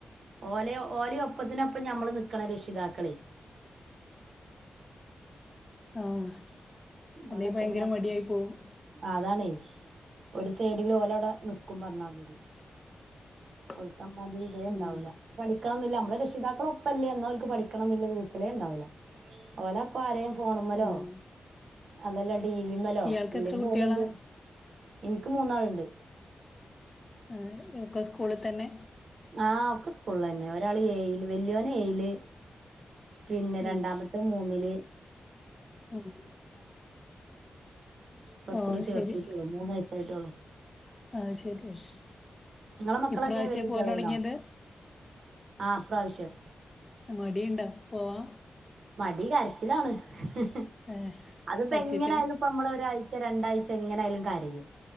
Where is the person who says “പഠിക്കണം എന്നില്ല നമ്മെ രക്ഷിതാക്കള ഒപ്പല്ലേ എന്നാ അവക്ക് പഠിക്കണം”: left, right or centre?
Right